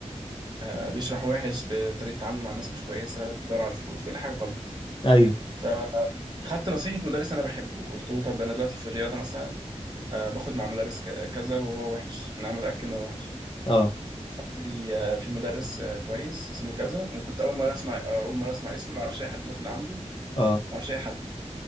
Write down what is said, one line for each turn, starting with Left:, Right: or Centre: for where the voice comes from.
Right: آه بيشرح وحش بطريقه تعامله مع الناس مش كويسه بيدور على الفلوس كل حاجه غلط
Left: ايوه
Right: فخدت نصيحه مدرس انا بحبه قلت له طب انا دلوقتي في الرياضه مثلا آه باخد مع مدرس ك- كذا وهو وحش انا متاكد ان هو وحش
Left: اه
Right: فقال لي آه في مدرس آه كويس اسمه كذا وكنت اول مره اسمع آه، اول مره اسمع اسمه ما اعرفش اي حد بياخد عنده ما
Left: اه
Right: اعرفش اي حد